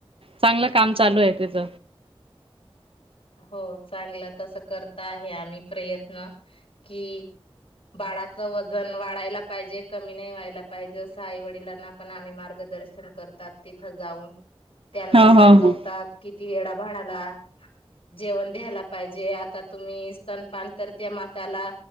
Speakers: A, on the right (about 65°); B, on the left (about 65°).
A: चांगल काम चालू आहे त्येज.
B: हो चांगलं तस करता आहे आम्ही प्रयत्न कि बाळाच वजन वाढायला पाहिजे कमी नाही व्हायला पाहिजे अस आई वडिलांना पण आम्ही मार्गदर्शन करतात तिथं जाऊन. त्यांना
A: ह
B: समजवतात
A: ह ह
B: किती वेळा बाळाला. जेवण द्यायहेला पाहिजे आता तुम्ही स्तनपान तर त्या मात्याला